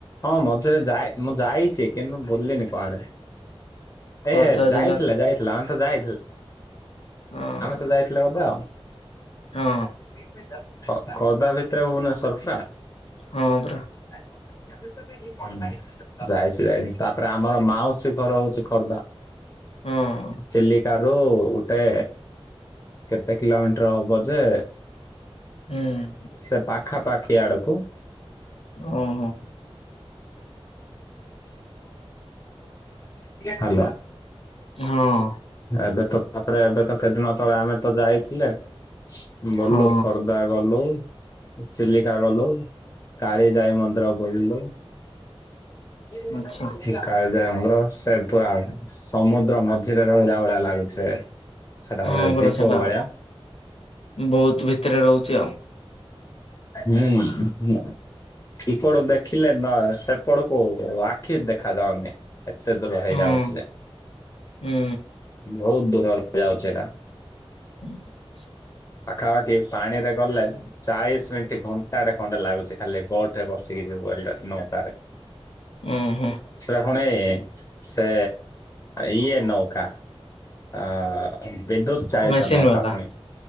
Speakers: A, on the left; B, on the left.
A: ହଁ ମଝିରେ ଯାଇ ମୁଁ ଯାଇଚି କିନ୍ତୁ ମୁ ବୁଲିିନି କୁଆଡେ।
B: ଖୋର୍ଦ୍ଧା
A: ଏ ଯାଇଥିଲା,
B: ଜିଲ୍ଲା
A: ଯାଇଥିଲା, ଆ ଯାଇଥିଲ।
B: ହଁ
A: ଆମେ ତ ଯାଇଥିଲେ ବୋଧେ ଆଉ।
B: ହଁ
A: ଖୋ - ଖୋର୍ଦ୍ଧା ଭିତରେ ଭୁବନେଶ୍ଵର ପା?
B: ହଁ ପରା।
A: ଆ <unintelligible> ଯାଇଛି ଯାଇଛି, ତାପରେ ଆମର ମାଉସୀ ଘର ହଉଛି ଖୋର୍ଦ୍ଧା।
B: ହଁ।
A: ଚିଲିକା ରୁ ଗୋଟେ କେତେ କିଲୋମିଟର ହବ ଯେ
B: ହୁଁ
A: ସେ ପାଖା ପାାଖି ଆଡକୁ
B: ଓହୋ।
A: ହାଲୋ।
B: ହଁ
A: ଏବେ ତ ତାପରେ ଏବେ ତ କେଦିନ ତଳେ ଆମେ ତ ଯାଇଥିଲେ ଭଲ
B: ହଁ
A: ଖର୍ଦ ଦା ଗଲୁ, ଚିଲିକା ଗଲୁ, କାଳିଜାଇ ମନ୍ଦିର ବଲିଲୁ <unintelligible>
B: ଆଚ୍ଛା
A: କାଳୀଯାଇ ମନ୍ଦିର, ସେ ପୁରା ସମୁଦ୍ର ମଝିରେ ରହିଲା ଭଳିଆ ଲାଗୁଚି ସେଟା ଗୋଟେ
B: ହଁ ପରା
A: ଦୀପ
B: ସେଟା
A: ଭଳିଆ
B: ବହୁତ ଭିତରେ ରହୁଛି ଆଉ
A: ହୁଁ ଏପଟ ଦେଖିଲେ ନା ସେପଟ ଓ ଆଖି ଦେଖାଯାଉନି। ଏତେ ଦୂର ହେଇଯାଉଛି
B: ହଁ
A: ଯେ,
B: ହୁଁ
A: ବହୁତ ଦୂରରେ ଯାଉଛି ଏଇଟା
B: ହୁଁ <unintelligible>
A: ପାଖାପାଖି ପାଣି ରେ ଗଲେ ଚାଳିଶ ମିନିଟ ଘଣ୍ଟାଟେ ଖଣ୍ଡେ ଲାଗୁଛି ଖାଲି ବଟ ରେ ବସିକି ଯିବୁ ହେଲେ ନୌକାରେ
B: ହୁଁ ହୁଁ
A: ସେ ପୁଣି, ସେ ଇଏ ନୌକା ଅ ବିଦ୍ୟୁତ ଚାହିତା
B: ମେସିନ୍
A: ନୌକା
B: ବାଲା
A: ଫୁଣି,